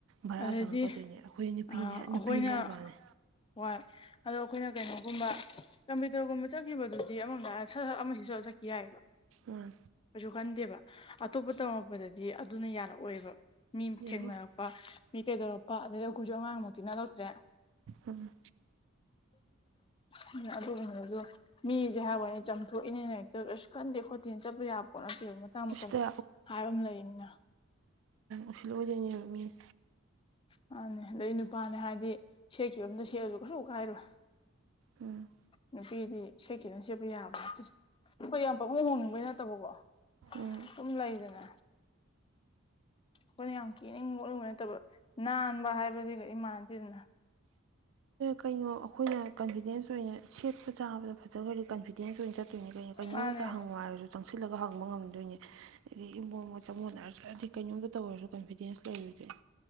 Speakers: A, on the right; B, on the left.
A: ꯚꯔꯥ
B: ꯑꯗꯩꯗꯤ
A: ꯆꯪꯉꯛꯀꯗꯣꯏꯅꯦ ꯑꯩꯈꯣꯏ ꯅꯨꯄꯤꯅꯦ
B: ꯑꯩꯈꯣꯏꯅ
A: ꯅꯨꯄꯤꯅꯦ ꯍꯥꯏꯕꯅꯦ
B: ꯍꯣꯏ ꯑꯗꯣ ꯑꯩꯈꯣꯏꯅ ꯀꯩꯅꯣꯒꯨꯝꯕ ꯀꯝꯄ꯭ꯌꯨꯇꯔꯒꯨꯝꯕ ꯆꯠꯈꯤꯕꯗꯨ ꯑꯃꯂꯣꯝꯗ ꯍꯥꯏꯔꯗꯤ ꯁꯠ ꯁꯠ ꯑꯃꯍꯦꯛꯇ ꯁꯦꯠꯆꯜꯂꯒ ꯆꯠꯈꯤ ꯌꯥꯏꯌꯦꯕ
A: ꯑꯣ
B: ꯈꯟꯗꯦꯕ ꯑꯇꯣꯞꯄ ꯇꯝꯃꯛꯄꯗꯗꯤ ꯑꯗꯨꯅ ꯌꯥꯔꯛꯑꯣꯏꯕ ꯃꯤ
A: ꯌꯥꯔꯣꯏ
B: ꯊꯦꯡꯅꯔꯛꯄ ꯃꯤ ꯀꯩꯗꯧꯔꯛꯄ ꯑꯗꯩ ꯑꯩꯈꯣꯏꯁꯨ ꯑꯉꯥꯡꯃꯨꯛꯇꯤ ꯅꯠꯂꯛꯇ꯭ꯔꯦ
A: ꯎꯝ
B: <unintelligible> ꯑꯗꯨꯁꯨ ꯃꯤꯁꯦ ꯍꯥꯏꯕꯅꯦ ꯆꯝꯊꯣꯛꯏꯅꯦꯅ ꯍꯦꯛꯇ ꯀꯁꯨ ꯀꯟꯗꯦ ꯈꯣꯠꯇꯦꯅ ꯆꯠꯄ ꯌꯥꯕ ꯄꯣꯠ ꯃꯇꯥꯡ ꯃꯇꯝ
A: ꯎꯁꯤꯠꯇ
B: ꯍꯥꯏꯕ ꯑꯃ ꯂꯩꯅꯤꯅ
A: ꯎꯁꯤꯠꯔꯛꯑꯣꯏꯗꯣꯏꯅꯦꯕ ꯃꯤꯅ
B: ꯃꯥꯅꯦ ꯑꯗꯨꯗ ꯑꯩ ꯅꯨꯄꯥꯅꯦ ꯍꯥꯏꯕꯗꯤ ꯁꯦꯠꯈꯤꯕ ꯑꯝꯗ ꯁꯦꯠꯂꯁꯨ ꯀꯩꯁꯨ ꯀꯥꯏꯔꯣꯏ
A: ꯎꯝ
B: ꯅꯨꯄꯤꯗꯤ ꯁꯦꯈꯤꯕꯝꯗ ꯁꯦꯠꯄ ꯌꯥꯕ ꯅꯠꯇꯦ ꯑꯩꯈꯣꯏ ꯌꯥꯝ ꯄꯥꯛꯍꯣꯡ ꯍꯣꯡꯅꯤꯡꯕꯩ ꯅꯠꯇꯕꯀꯣ
A: ꯎꯝ
B: ꯁꯨꯝ ꯂꯩꯗꯅ ꯍꯣꯏꯅ ꯌꯥꯝ ꯀꯦꯅꯤꯡ ꯈꯣꯠꯅꯤꯡꯕꯒꯤ ꯅꯠꯇꯕ ꯅꯥꯟꯕ ꯍꯥꯏꯕꯗꯨꯒ ꯏꯃꯥꯟꯅꯗꯦꯗꯅ
A: ꯀꯩꯅꯣ ꯑꯩꯈꯣꯏꯅ ꯀꯟꯐꯤꯗꯦꯟꯁ ꯑꯣꯏꯅ ꯁꯦꯠꯄ ꯆꯥꯕꯗ ꯐꯖꯈ꯭ꯔꯗꯤ ꯀꯟꯐꯤꯗ ꯇꯦꯟꯁ ꯑꯣꯏꯅ ꯆꯠꯇꯣꯏꯅꯦ ꯀꯩꯅꯣ ꯀꯩꯅꯣꯝꯃꯇ
B: ꯃꯥꯅꯦ
A: ꯍꯪꯉꯨ ꯍꯥꯏꯔꯁꯨ ꯆꯪꯁꯤꯜꯂꯒ ꯍꯪꯕ ꯉꯝꯗꯣꯏꯅꯦ ꯑꯩ ꯏꯃꯣꯠ ꯃꯣꯠ ꯆꯃꯣꯠꯅꯔꯁꯨ ꯍꯥꯏꯗꯤ ꯀꯩꯅꯣꯝꯗ ꯇꯧꯔꯁꯨ ꯀꯟꯐꯤꯗꯦꯟꯁ ꯂꯩꯔꯣꯏꯗꯣꯅꯤ